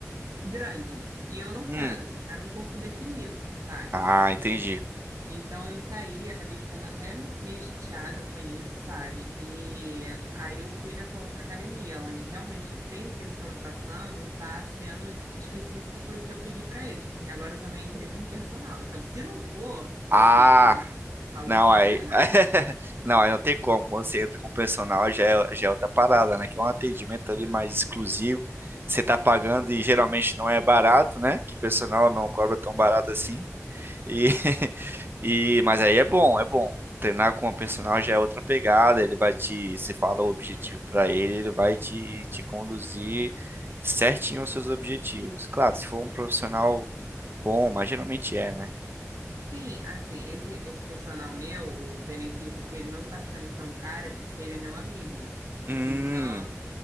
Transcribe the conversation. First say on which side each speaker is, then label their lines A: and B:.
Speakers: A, on the right; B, on the right.
A: grande. E eu não
B: hum.
A: quero, eu só quero um corpo definido, sabe?
B: Ah, entendi.
A: Então eu saí, acabei ficando até meio chateada com isso, sabe? E aí eu fui nessa outra academia, onde realmente o treino que eles estão me passando tá sendo específico para o que eu pedi para eles, porque agora eu também entrei com personal. Então, se não for,
B: Ah.
A: meu filho, aí alguma
B: Não,
A: coisa
B: aí.
A: tá errada.
B: <laughs> Não, aí não tem como. Quando você entra com o personal, já é, já é outra parada, né? Que é um atendimento ali mais exclusivo. Você tá pagando e geralmente não é barato, né? Que personal não cobra tão barato assim. E, <laughs> e, mas aí é bom, é bom. Treinar com o personal já é outra pegada. Ele vai te. Você fala o objetivo pra ele, ele vai te, te conduzir certinho aos seus objetivos. Claro, se for um profissional bom, mas geralmente é, né?
A: Sim, assim, esse esse personal meu, o benefício que ele não tá sendo tão caro é porque ele é meu amigo.
B: Hum.
A: Então,